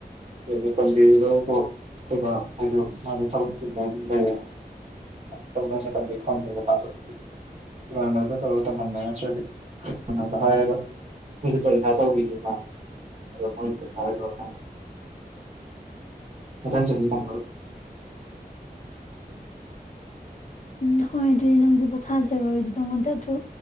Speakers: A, on the right (about 40°); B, on the left (about 50°).
A: ꯍꯥꯏꯗꯤ ꯇꯝꯕꯤꯗꯕ ꯍꯥꯏꯁꯨ ꯃꯥꯁꯨ ꯊꯕꯂ ꯑꯗꯨꯝ ꯂꯩꯌꯦ ꯇꯝꯕꯝꯗꯤ ꯈꯪꯗꯕ ꯃꯥꯁꯨ ꯏꯃꯥꯟꯅꯕꯗ ꯇꯧꯔ ꯇꯝꯍꯟꯕ ꯅꯠꯇ꯭ꯔꯗꯤ ꯍꯥꯏꯔꯒ ꯃꯣꯏꯁꯨ ꯄꯔꯤꯁꯥ ꯇꯧꯕꯈꯤꯁꯦ ꯃꯣꯏ ꯄꯩꯥꯔ ꯇꯧꯔꯀꯥꯟꯗ ꯃꯊꯪ ꯆꯍꯤ ꯃ
B: ꯎꯝ ꯍꯣꯏ ꯑꯗꯨꯗꯤ ꯅꯪꯁꯨ ꯄꯣꯊꯥꯖꯔꯣꯏ ꯑꯗꯨ ꯅꯪꯉꯣꯟꯗ ꯑꯗꯨ